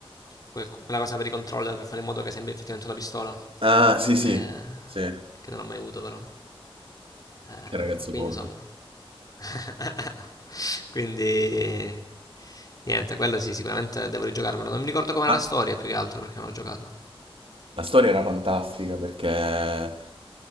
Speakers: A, on the left; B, on the right.
A: que- quella cosa per i controller per fare in modo che sembri effettivamente una pistola,
B: Ah, sì, sì,
A: eh,
B: sì. Che
A: che non ho mai avuto però. Eh,
B: ragazzo
A: quindi
B: povero.
A: insomma, <laughs> quindi niente, quello sì, sicuramente devo rigiocarmelo. Non mi ricordo com'era
B: Ma
A: la storia più che altro perché non l'ho giocata.
B: la storia era fantastica perché